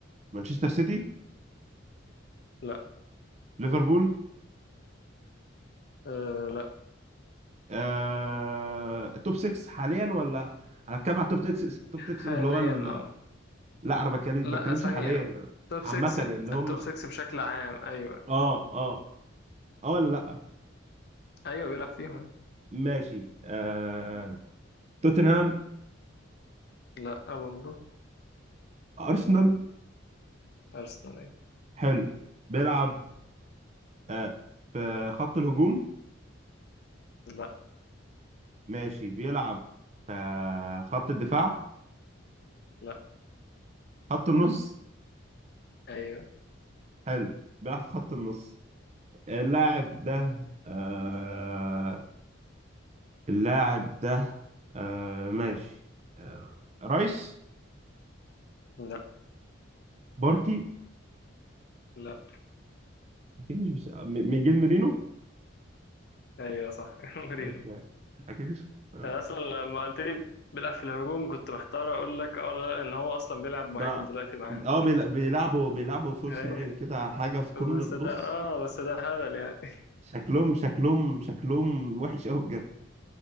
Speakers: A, on the right (about 35°); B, on the left (about 50°).
A: مانشستر سيتي
B: لا
A: ليفربول
B: أه لا
A: آه توب 6 حاليا ولا انا بتكلم على التوب 6 توب
B: حاليا
A: 6 اللي هو ال...
B: اه
A: لا انا بكلم
B: لا
A: بتكلمش
B: ثانية
A: حاليا أنا
B: توب
A: عامة
B: 6
A: اللي هم
B: التوب
A: اه
B: 6 بشكل عام ايوه
A: اه اه ولا لا
B: ايوه بيلعب فيهم
A: ماشي آه توتنهام
B: لا برضه
A: ارسنال
B: ارسنال أيوة.
A: حلو بيلعب آه في خط الهجوم
B: لا
A: ماشي بيلعب في خط الدفاع
B: لا
A: خط النص
B: ايوه
A: حلو بيلعب في خط النص اللاعب ده آه اللاعب ده آه ماشي آه رايس
B: لا
A: بارتي
B: لا
A: اكيد مش بس... م- ميجيل ميرينو
B: <laughs> ايوه صح <laughs>
A: أوكي. اكيد مش آه.
B: انا اصلا لما قلت لي بيلعب في الهجوم كنت محتار اقول لك اه ولا لا ان هو اصلا بيلعب
A: ده
B: مهاجم دلوقتي معاهم
A: اه بيلا- بيلعبوا بيلعبوا فولس
B: اي
A: ناين كده حاجه في قمه
B: بس ده
A: بص
B: اه بس ده هبل يعني
A: شكلهم شكلهم شكلهم وحش قوي بجد